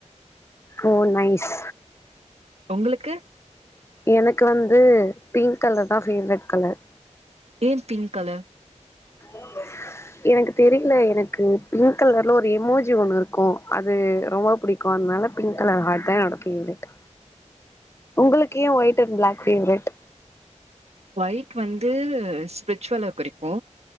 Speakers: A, on the left (about 20°); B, on the right (about 55°).
A: oh nice
B: உங்களுக்கு
A: எனக்கு வந்து பிங்க் கலர் தா ஃபேவரெட் கலர்
B: ஏ பிங்க் கலர்
A: <inaudible> எனக்கு தெரில எனக்கு பிங்க் கலர்ல ஒரு எமோஜி ஒண்ணு இருக்கு அது ரொம்ப புடிக் குனால பிங்க் கலர் ஹார்ட் தா என்னோட ஃபேவரட் உங்களுக்கு ஏ white and black favourite
B: white வந்து ஸ்பிரிச்சுவல குறிக்கு